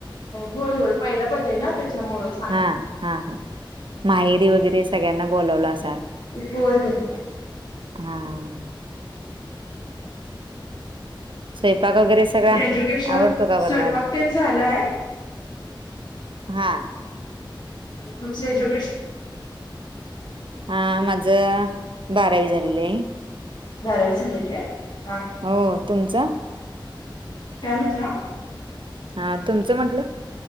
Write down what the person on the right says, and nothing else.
हा हा, ह माहेरी वगैरे सगळ्यांना बोलवलं असाल?
हा ह स्वयपाक वगैरे सगळा
आवडतो का
बनवायला?
हा
हा माझ बारावी झालेलं आहे.
हो तुमचा
हा तुमचं म्हटलं.